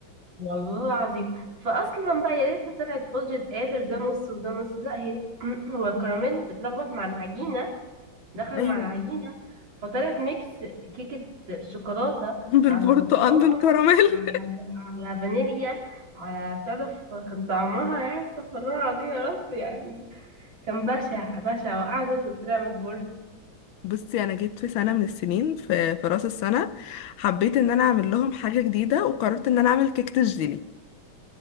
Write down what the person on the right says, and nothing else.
والله العظيم فأصلا بقى يا ريتها طلعت قدرة قادر ده نص وده نص لا هي <clears throat> هو الكراميل اتلخبط مع العجينة دخل
مع العجينة
فطلعت ميكس كيكة شوكولاتة
على برتقال
على, على فانيليا على تعرف كان طعمها يعني استغفر الله العظيم يا رب يعني كان بشع بشع وقعدت واترمت برضه